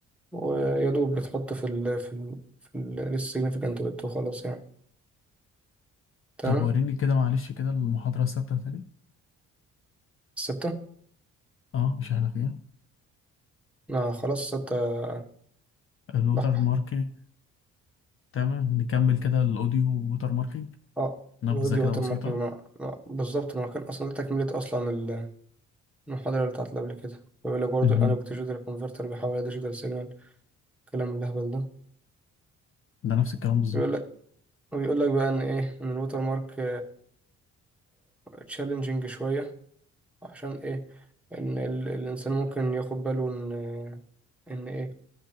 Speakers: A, in the centre; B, on the left (about 45°).
A: ويا دوب بتحط في ال في ال في ال significant bit وخلاص يعني تمام
B: طب وريني كده معلش كده المحاضرة الثابتة تاني
A: ستة
B: اه مش احنا فيها
A: ما خلاص ستة
B: الوتر
A: بحبح
B: ماركينج تمام نكمل كده الاوديو ووتر ماركينج
A: اه
B: نبذة
A: يبقى دي
B: كده
A: اوتر
B: بسيطة
A: ماركينج ما. ما. بالظبط ما كان اصلا ده تكملة اصلا ال- المحاضرة اللي بتاعت اللي قبل كده بيقول لك برضه
B: مهم.
A: الانالوج ديجيتال كونفرتر بيحول ديجيتال سيجنال الكلام اللهبل ده
B: ده نفس الكلام بالظبط
A: بيقول لك وبيقول لك بقى ان ايه ان الوتر مارك تشالنجينج شوية عشان ايه ان ال... الانسان ممكن ياخد باله ان آه، ان ايه